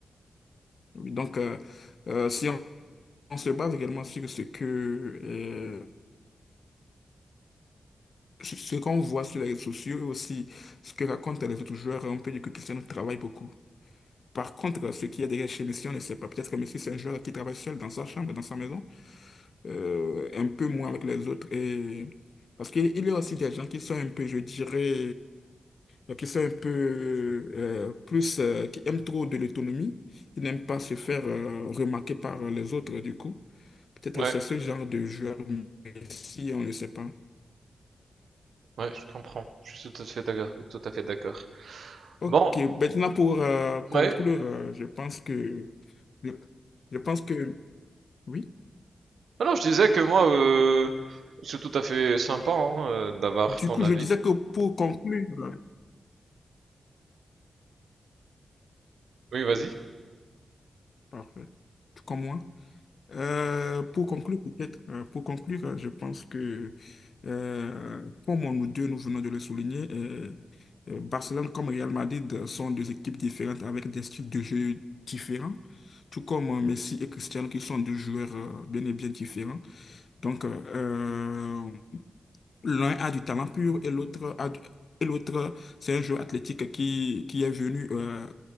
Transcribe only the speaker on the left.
Oui, Donc, euh, euh, si on, on se base également sur ce que, euh, sur ce qu'on voit sur les réseaux sociaux et aussi ce que racontent les autres joueurs, on peut dire que Cristiano travaille beaucoup. Par contre, ce qu'il y a derrière chez Messi, on ne sait pas. Peut-être que Messi, c'est un joueur qui travaille seul dans sa chambre, dans sa maison, euh, un peu moins avec les autres. Et... Parce qu'il il y a aussi des gens qui sont un peu, je dirais, euh, qui sont un peu euh, plus, euh, qui aiment trop de l'autonomie. Ils n'aiment pas se faire euh, remarquer par les autres, du coup. Peut-être
que c'est ce genre de joueur, mais si on ne sait pas.
Ok,
maintenant pour euh, conclure,
euh, je pense que, je, je pense que, oui.
Du
coup,
je disais que pour conclure, euh,
parfait, tout comme moi. Euh, pour conclure, peut-être, euh, pour conclure, euh, je pense que, euh, comme on- nous deux, nous venons de le souligner, euh, euh, Barcelone comme Real Madrid euh, sont deux équipes différentes avec des styles de jeu différents, tout comme euh, Messi et Cristiano qui sont deux joueurs euh, bien et bien différents. Donc, euh, euh, l'un a du talent pur et l'autre a du- et l'autre, c'est un joueur athlétique qui, qui est venu, euh,